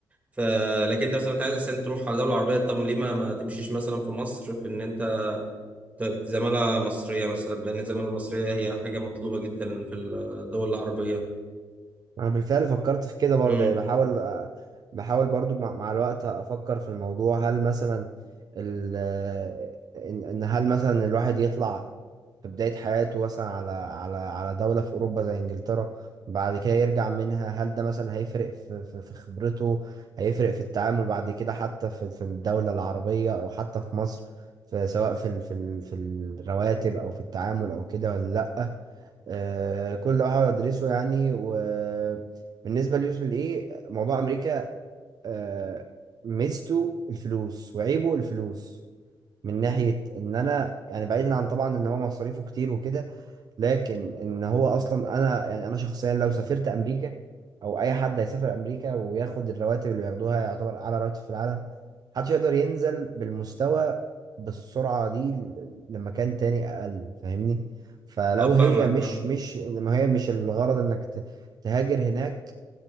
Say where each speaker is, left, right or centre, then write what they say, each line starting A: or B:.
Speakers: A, on the right; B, on the right.
A: ف لكن انت مثلا انت عايز اصلا تروح على دوله عربيه طب ليه ما, ما تمشيش مثلا في مصر في ان انت ت- زماله مصريه مثلا بان الزماله المصريه هي حاجه مطلوبه جدا في الدول العربيه
B: انا بالفعل فكرت في كده برضه
A: امم
B: يعني بحاول آه، بحاول برضه مع مع الوقت افكر في الموضوع هل مثلا ال آه، ان إن هل مثلا الواحد يطلع في بداية حياته مثلا على على على دولة في اوروبا زي انجلترا بعد كده يرجع منها هل ده مثلا هيفرق في في في خبرته هيفرق في التعامل بعد كده حتى في في الدولة العربية او حتى في مصر في سواء في ال- في ال- في الرواتب او في التعامل او كده ولا لا آه، كل ده بحاول ادرسه يعني وبالنسبه ليوسف الايه موضوع امريكا آه، ميزته الفلوس وعيبه الفلوس من ناحيه ان انا يعني بعيدا عن طبعا ان هو مصاريفه كتير وكده لكن ان هو اصلا انا يعني انا شخصيا لو سافرت امريكا او اي حد هيسافر امريكا وياخد الرواتب اللي بياخدوها يعتبر اعلى راتب في العالم محدش يقدر ينزل بالمستوى بالسرعة دي ل- لمكان تاني اقل فاهمني فلو
A: اه فاهمك
B: هي مش
A: فاهم
B: مش ما هي مش الغرض انك ت- تهاجر هناك